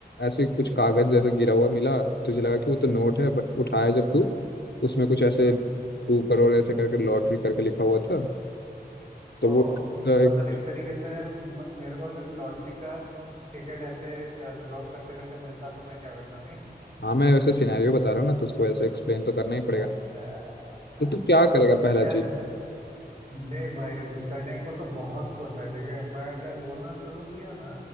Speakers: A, on the left (about 75°); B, on the right (about 40°).
A: ऐसे कुछ कागज जैसे गिरा हुआ मिला तुझे लगा कि वो तो नोट है बट उठाया जब तू उसमें कुछ ऐसे
B: हम्म
A: टू करोड़ ऐसे करके लॉटरी करके लिखा हुआ था तो
B: ओहो
A: वो तो एक
B: मतलब एक तरीके से म- मेरे को अगर लॉटरी का टिकट ऐसे जॉब करते करते मिलता तो मैं क्या करता नहीं
A: हाँ मैं वैसे सिनेरियो बता रहा हूँ ना तो उसको ऐसे एक्सप्लेन तो करना ही
B: अच्छा
A: पड़ेगा तो
B: अच्छा
A: तू क्या करेगा पहला
B: यार
A: चीज
B: देख भाई करने को तो बहुत कुछ है ठीक है मैं अगर बोलना शुरू किया ना